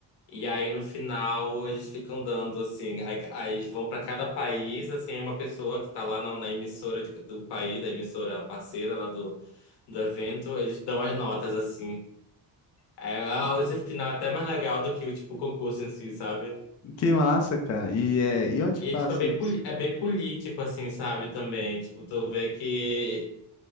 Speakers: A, on the left (about 90°); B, on the left (about 40°).
A: E aí, no final, eles ficam dando, assim. Aí, aí eles vão para cada país, assim, é uma pessoa que tá lá na, na emissora de- do país, da emissora parceira lá do, do evento, eles dão as notas, assim. É, ah, esse final é até mais legal do que o tipo concurso em si, sabe?
B: que massa, cara. E, é, e onde
A: E,
B: que passa
A: é, tipo, é bem,
B: isso?
A: poli- é bem político, assim, sabe, também. Tipo, tu vê que